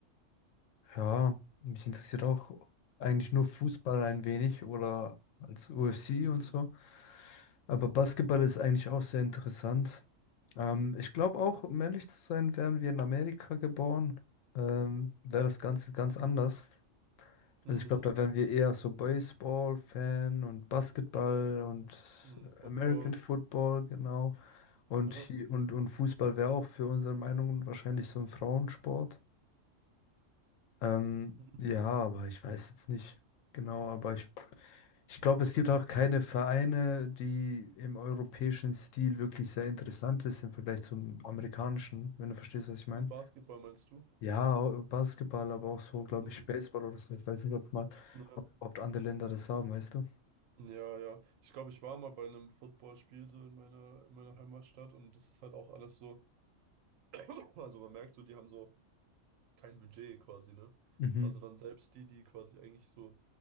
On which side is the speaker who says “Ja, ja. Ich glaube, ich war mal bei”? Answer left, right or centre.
Right